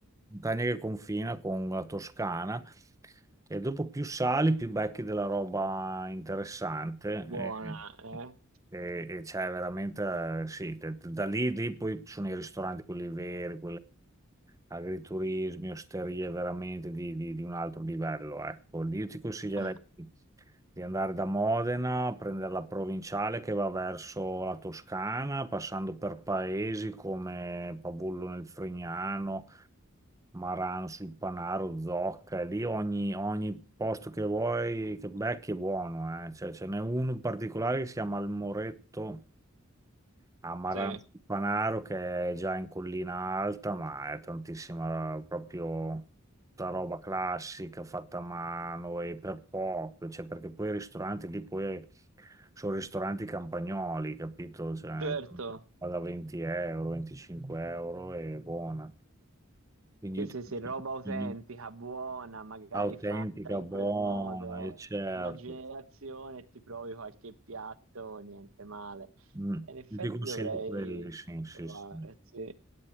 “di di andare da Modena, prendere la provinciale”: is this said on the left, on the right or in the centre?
Right